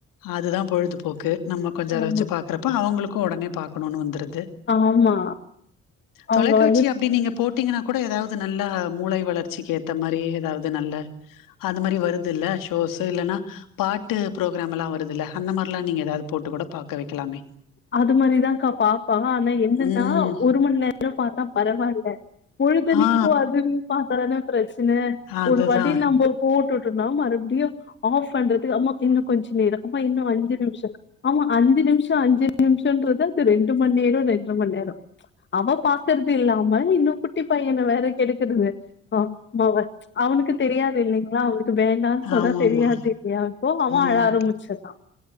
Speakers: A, on the left (about 60°); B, on the left (about 30°).
A: அதுதான் பொழுதுபோக்கு நம்ம கொஞ்சம்
B: ஆமா
A: ரசிச்சு பாக்கற அப்ப அவங்களுக்கும் ஒடனே பாக்கணும்னு வந்துருது
B: ஆமா. அவங்க
A: தொலைக்காட்சி
B: வந்து
A: அப்படி நீங்க போட்டு பாத்தீங்கன்னா கூட ஏதாவது நல்லா மூளை வளர்ச்சிக்கு ஏத்த மாதிரி ஏதாவது நல்ல அது மாதிரி வருதுல்ல ஷோஸ் இல்லைன்னா பாட்டு புரோக்கிராம் எல்லாம் வருது இல்ல அந்த மாதிரி எல்லாம் நீங்க ஏதாவது போட்டு கூட பாக்க வைக்கலாமே
B: அது மாரிதான்க்கா பாப் ப என்னென்னா
A: ம்.
B: ஒரு மணி நேரம் பார்த்தா பரவாயில்ல பொழுதன்னிக்கும்
A: ஆ
B: அது பாத்தானே பிரச்சன
A: அதுதா.
B: ஒரு வாட்டி நம்ம போட்டு மறுபடியும் ஆஃப் பண்றதுக்கு அம்மா இன்னும் கொஞ்ச நேரம் அம்மா இன்னும் அஞ்சு நிமிஷம் ஆமா அஞ்சு நிமிஷம் அஞ்சு நிமிஷம்ன்றது இது ரெண்டு மணி நேரம் ரெண்டு மணி நேரம் அவ பாக்குறது இல்லாம இன்னும் குட்டி பையன வேற கெடுக்குறது <unintelligible> ஆ ம அவனுக்கு தெரியாது இல்லைங்களா அவ க்கு வேண்டானு சொன்னா
A: ஆமாமா.
B: தெரியாது இல்லையா சோ அவ
A: ம்.
B: அழ ஆரம்பிச்சுறா